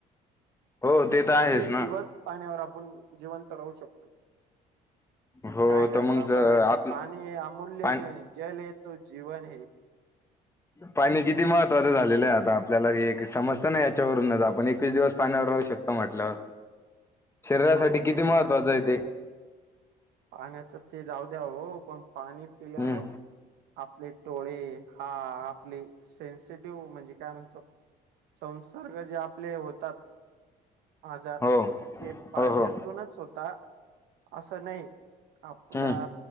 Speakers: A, on the left (about 15°); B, on the right (about 85°).
A: हो ते तर
B: एकवीस
A: आहेच ना
B: दिवस पाण्यावर आपण जिवंत राहू शकतो.
A: हो
B: काय करता
A: तर मग ज
B: बघा कि
A: आप
B: पाणी हे अमूल्य
A: पा
B: जीवन जल येत तो जीवन हे.
A: पाणी किती महत्त्वाचं झालेलं आहे आता आपल्याला समजतं ना याच्यावरूनच आपण एकवीस दिवस पाण्यावर राहू शकतो. म्हटलं शरीरासाठी
B: हो
A: किती
B: आणि
A: महत्वाचं आहे ते.
B: पाण्याच ते जाऊ द्या हो पण पाणी पिल्यान
A: हम्म
B: आपले डोळे हा आपली सेन्सिटिव्ह म्हणजे काय म्हणतो? संसर्ग जे आपले होतात. आजार
A: हो
B: ते पाण्यातूनच
A: हो हो
B: होता असं नाही. आपल्या
A: हम्म